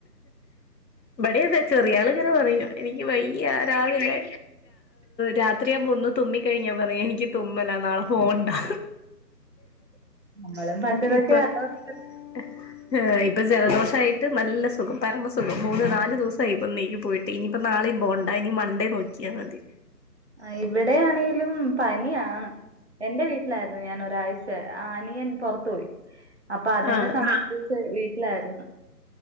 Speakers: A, on the left; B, on the right.
A: ഇബടേം അതെ ചെറിയാളിങ്ങനെ പറയും എനിക്ക് വയ്യാ രാവിലെ രാത്രിയാവുമ്പൊ ഒന്ന് തുമ്മിക്കഴിഞ്ഞാൽ പറയും എനിക്ക് തുമ്മലാ നാളെ പോകണ്ടാ
B: നമ്മളും പണ്ട് ഇതൊക്കെയാ
A: ഇപ്പൊ
B: <unintelligible>
A: <unintelligible> ഇപ്പൊ ജലദോഷം ആയിട്ട് നല്ല സുഖം പരമസുഖം മൂന്ന് നാല് ദിവസമായി ഇപ്പൊ <unintelligible> പോയിട്ട് ഇനിയിപ്പൊ നാളെയും പോവണ്ട ഇനി മണ്ടേ നോക്കിയാൽ മതി
B: ആ ഇവിടെയാണേലും പനിയാണ് എന്റെ വീട്ടി ലായിരുന്നു ഞാൻ ഒരാഴ്ച അനിയൻ പുറത്തു പോയി അപ്പൊ അതിന്റെ
A: ആഹ്
B: സ വീട്ടിലായിരുന്നു.